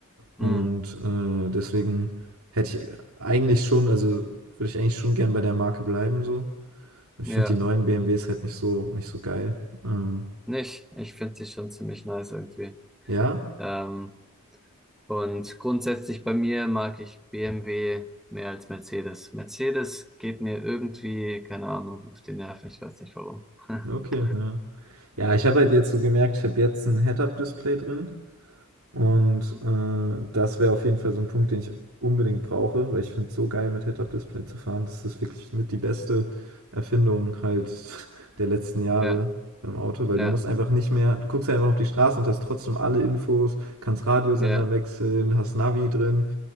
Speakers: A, in the centre; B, on the right.
A: Mhm.
B: Und äh, deswegen hätte ich eigentlich schon, also würde ich eigentlich schon gern bei der Marke bleiben, so. Ich
A: Ja.
B: finde die neuen BMWs halt nicht so, nicht so geil. Ähm,
A: Nicht. Ich finde sie schon ziemlich nice irgendwie.
B: ja,
A: Ähm, Und grundsätzlich bei mir mag ich BMW mehr als Mercedes. Mercedes geht mir irgendwie, keine Ahnung, auf die Nerven. Ich weiß nicht warum. <laughs>
B: Okay, ja. Ja, ich habe halt jetzt so gemerkt, ich habe jetzt ein Head-Up-Display drin und
A: Mhm.
B: äh, das wäre auf jeden Fall so ein Punkt, den ich unbedingt brauche, weil ich finde es so geil, mit Head-Up-Display zu fahren. Das ist wirklich mit die beste Erfindung halt <laughs> der letzten Jahre
A: Ja,
B: beim Auto, weil
A: ja,
B: du musst einfach nicht mehr, du guckst halt einfach auf die Straße und hast trotzdem alle Infos, kannst Radiosender
A: ja,
B: wechseln, hast Navi drin.